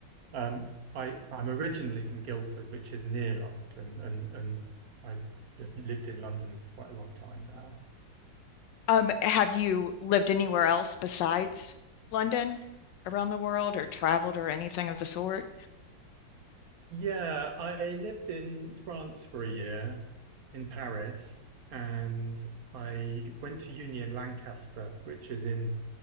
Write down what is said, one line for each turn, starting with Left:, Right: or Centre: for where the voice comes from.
Right: um, I I'm originally from Guildford, which is near London, and and I have lived in London for quite a long time now.
Left: Um, have you lived anywhere else besides London around the world or traveled or anything of the sort?
Right: Yeah, I lived in France for a year, in Paris, and I went to uni in Lancaster, which is in